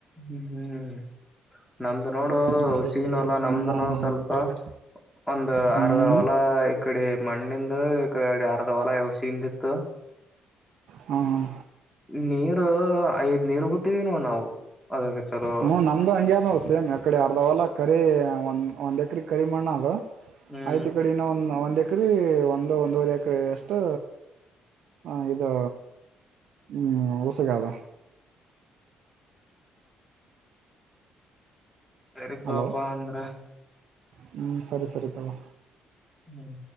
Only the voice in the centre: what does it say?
ಹ್ಮ್ ಹ್ಮ್ ನಮ್ದು ನೋಡು
ಹುಸಿನೂ
ಅಲ್ಲಾ
ನಮ್ದನು ಸ್ವಲ್ಪ
ಒಂದು
ಅರ್ಧ ಹೊಲ ಈ ಕಡೆ ಮಣ್ಣಿಂದ ಈ ಅರ್ಧ ಹೊಲ ಯಸಿಯಿಂದಿತ್ತು
ನೀರು ಐದ್ ನೀರು ಬಿಟ್ಟಿದೀವಿ ನೋಡು ನಾವು ಅದಕ್ಕೆ ಚಲೋ.
ಹ್ಮ್
ಸರಿ ತಗೋಪಾ
ಅಂದ್ರ.
ಹ್ಮ್